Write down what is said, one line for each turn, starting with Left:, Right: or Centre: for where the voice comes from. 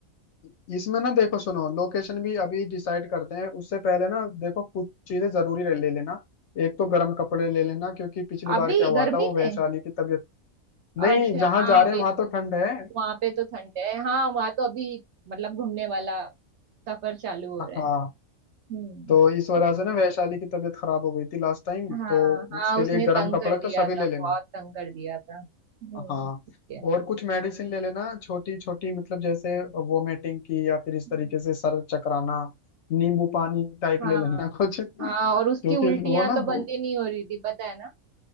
Left: <laughs> इसमें ना देखो सुनो लोकेशन भी अभी डिसाइड करते हैं उससे पहले ना देखो कुछ चीजें जरूरी ले ले लेना एक तो गर्म कपड़े ले लेना क्योंकि पिछली
Right: अभी
Left: बार क्या हुआ
Right: गर्मी
Left: था वो वैशाली
Right: में
Left: की तबीयत नहीं
Right: अच्छा
Left: जहाँ
Right: हाँ
Left: जा रहे
Right: वे
Left: हैं वहां तो ठंड है
Right: वहां पे तो ठंड है हाँ वहां तो अभी मतलब घूमने वाला सफर चालू हो
Left: <laughs>
Right: रहा
Left: हाँ
Right: है हम्म
Left: तो इस वजह
Right: ठीक
Left: से
Right: है
Left: ना वैशाली की तबीयत खराब हो गई थी लास्ट टाइम
Right: हाँ
Left: तो
Right: हाँ
Left: उसके
Right: उसने
Left: लिए गर्म
Right: तंग
Left: कपड़े
Right: कर दिया
Left: तो सभी
Right: था
Left: ले
Right: बहुत
Left: लेना
Right: तंग कर दिया था हम्म
Left: हाँ
Right: ठीक है
Left: और कुछ मेडिसिन ले लेना छोटी छोटी मतलब जैसे वोमिटिंग की या फिर इस
Right: हम्म,
Left: तरीके से सर चकराना नींबू पानी टाइप
Right: हाँ
Left: ले लेना <laughs> कुछ क्योंकि
Right: हाँ और उसकी उल्टियां
Left: वो ना
Right: तो बंद
Left: वो
Right: ही नहीं हो रही थी पता है ना